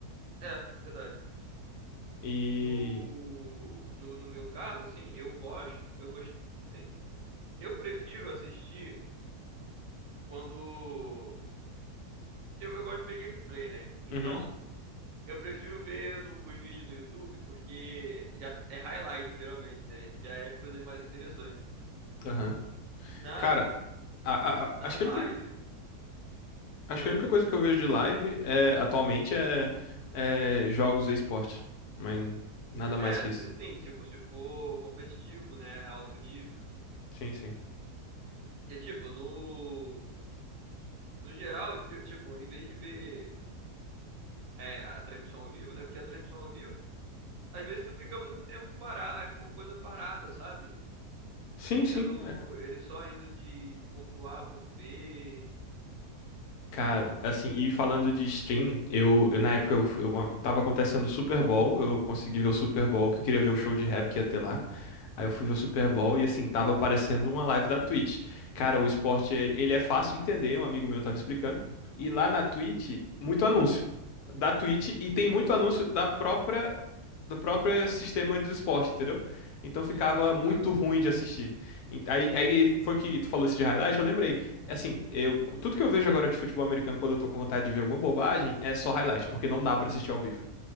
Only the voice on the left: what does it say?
E.
Uhum,
aham.
Cara, a- a- a-
acho
que a única Acho
que a única coisa que eu vejo de live é, atualmente é, é jogos e esporte. Mas nada mais
que
isso.
Sim, sim.
Sim,
sim. é.
Cara, assim, e falando de stream, eu, eu- na época eu, f- eu a- tava acontecendo o Super Bowl, eu consegui ver o Super Bowl, que eu queria ver o show de rap que ia ter lá. Aí eu fui ver o Super Bowl e assim, tava aparecendo uma live da Twitch. Cara, o esporte, é- ele é fácil de entender, um amigo meu tava explicando. E lá na Twitch, muito anúncio da Twitch e tem muito anúncio da própria do próprio
sistema de esporte, entendeu? Então ficava
muito ruim de assistir. Ent- Aí, aí foi que tu falou isso de highlight, eu lembrei. Assim, eu, tudo que eu vejo agora de futebol americano quando eu tô com vontade de ver alguma bobagem é só highlight, porque não dá pra assistir ao vivo.